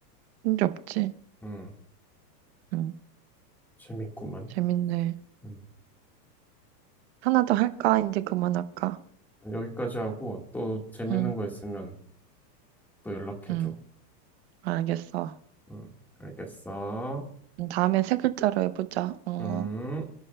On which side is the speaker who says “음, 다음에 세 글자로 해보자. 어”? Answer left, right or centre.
Right